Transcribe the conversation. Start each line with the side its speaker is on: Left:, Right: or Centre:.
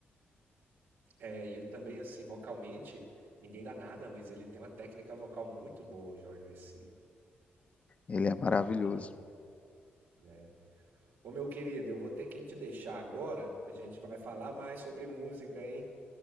Right: é, e ele também assim vocalmente, ninguém dá nada, mas ele tem uma técnica vocal muito boa, o Jorge Vecilla,
Left: Ele é
Right: na
Left: maravilhoso.
Right: minha opinião, né? Ô meu querido, eu vou ter que te deixar agora. A gente vai falar mais sobre música, hein?